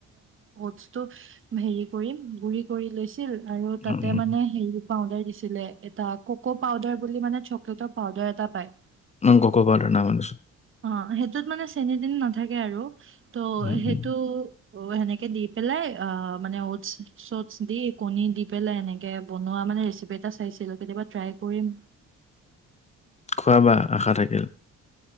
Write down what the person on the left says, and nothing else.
উম উম
ন কক প ন মছো <inaudible>
উম
উম
খোৱাবা আশা থাকিল।